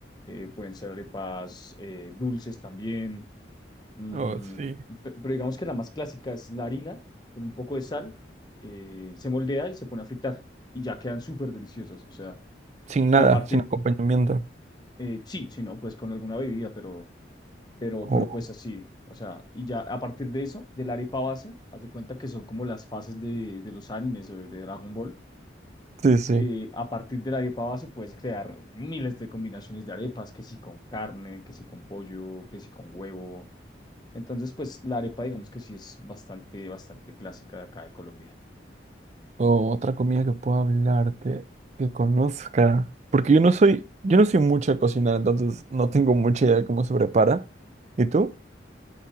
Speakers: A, on the left (about 25°); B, on the right (about 40°).
A: eh, pueden ser arepas eh, dulces también, mm,
B: Oh, sí.
A: pe- pero digamos que la más clásica es la harina con un poco de sal, eh, se moldea y se pone a fritar y ya quedan súper deliciosas, o sea,
B: Sin nada,
A: y aparte,
B: sin acompañamiento.
A: eh, sí, si no, pues con alguna bebida, pero, pero,
B: Oh,
A: pero pues así, o sea, y ya a partir de eso, de la arepa base, haz de cuenta que son como las fases de, de los animes o de Dragon Ball
B: sí, sí.
A: eh, a partir de la arepa base puedes crear miles de combinaciones de arepas, que si con carne, que si con pollo, que si con huevo. Entonces, pues la arepa, digamos que sí es bastante, bastante clásica de acá de Colombia.
B: o otra comida que pueda hablarte, que conozca. Porque yo no soy, yo no soy mucho a cocinar, entonces no tengo mucha idea de cómo se prepara. ¿Y tú?